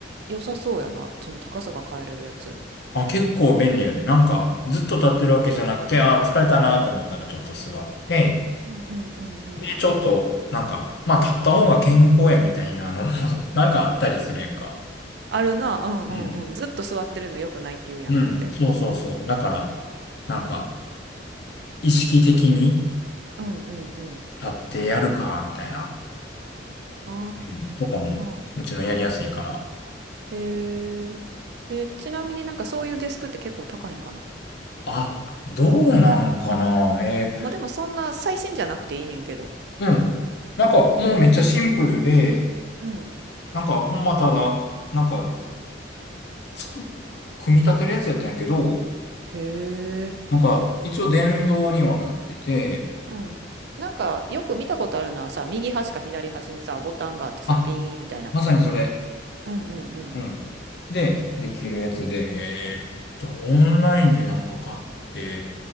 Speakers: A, on the right; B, on the left.
A: 良さそうやな。その高さが変えれるやつ。
B: あ、結構便利やで。なんか、ずっと立ってるわけじゃなくて、あー、疲れたなって思ったらちょっと座って、
A: うんうんうんうん。
B: で、ちょっと、なんか、まあ、立った方が健康やみたいなのも <laughs> なんかあったりするやんか。
A: あるな。うんうんうん。
B: うん。
A: ずっと座ってるの良くないって言うやんだって。
B: うん。そうそうそう。
A: うんうん。
B: だから、なんか、意識的に
A: うんうんうん。
B: 立ってやるか、みたいな。
A: あ
B: うん。とかも、
A: あ。
B: もちろんやりやすいから。
A: へえ。え、ちなみになんかそういうデスクって結構高いんかな
B: あ、どうなんかな。えー
A: まあでもそんな最新じゃなくていいねんけど。
B: うん。なんか、もうめっちゃシンプルで、
A: うん。
B: なんか、ほんまただ、なんか、つく、組み立てるやつやったんやけど、
A: へえ。
B: なんか、一応電動にはなってて、
A: うん。なんかよく見たことあるのはさ、右端か左端にさ、ボタンがあってさ、
B: あ、
A: ピーンみたいな。
B: まさにそれ。
A: うんうんうん。
B: うん。で、できるやつで、えーっと、オンラインでなんか買って、